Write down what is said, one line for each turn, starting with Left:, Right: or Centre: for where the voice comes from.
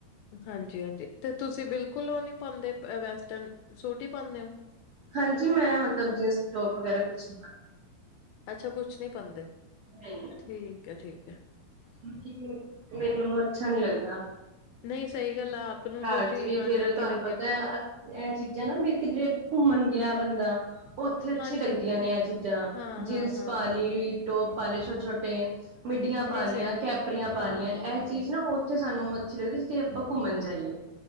Left: ਹਾਂਜੀ ਹਾਂਜੀ ਅਤੇ ਤੁਸੀਂ ਬਿਲਕੁਲ ਉਹ ਨਹੀਂ ਪਾਉਂਦੇ ਵੈਸਟਰਨ ਸੂਟ ਹੀ ਪਾਉਂਦੇ ਹੋ
Right: ਹਾਂਜੀ ਮੈਂ ਮਤਲਬ ਜੀਨਸ ਟੋਪ ਵਗੈਰਾ ਕੁਛ ਨ
Left: ਅੱਛਾ ਕੁਛ ਨਹੀਂ ਪਾਦੇ,
Right: ਨਹੀਂ,
Left: ਠੀਕ ਹੈ ਠੀਕ ਹੈ।
Right: ਕਿਉਂਕਿ ਮੈਨੂੰ ਅੱਛਾ ਨੀ ਲੱਗਦਾ।
Left: ਨਹੀਂ ਸਹੀ ਗੱਲ ਆ ਆਪ ਨੂੰ
Right: ਘਰ
Left: ਜੋ ਚੀਜ਼
Right: ਚ ਵੀ
Left: ਨਾ
Right: ਫੇਰ
Left: ਚੰਗੀ
Right: ਤੁਹਾਨੂੰ
Left: ਲੱਗੇ
Right: ਪਤਾ ਹੈ, ਇਹ ਚੀਜ਼ਾਂ ਨਾ ਵੀ ਕਿਧਰੇ ਘੁੰਮਣ ਗਿਆ ਬੰਦਾ ਉਹ ਉੱਥੇ ਅੱਛੀ
Left: ਹਾਂਜੀ
Right: ਲੱਗਦੀਆਂ, ਨੇ ਇਹ ਚੀਜ਼ਾਂ
Left: ਹਾਂ
Right: ਜੀਨਸ
Left: ਹਾਂ ਹਾਂ
Right: ਪਾ
Left: ਹਾਂ
Right: ਲਈ ਟੋਪ ਪਾ ਲਏ ਛੋਟੇ-ਛੋਟੇ ਮਿੱਡੀਆਂ ਪਾ
Left: ਨਹੀਂ
Right: ਲਈਆਂ
Left: ਸਹੀ
Right: ਕੈਪਰੀਆਂ ਪਾ
Left: ਹਾਂ
Right: ਲਈਆਂ ਇਹ ਚੀਜ਼ ਨਾ ਤੇ ਸਾਨੂੰ ਅੱਛੀ ਲੱਗਦੀ, ਜੇ ਆਪਾਂ ਘੁੰਮਣ ਜਾਈਏ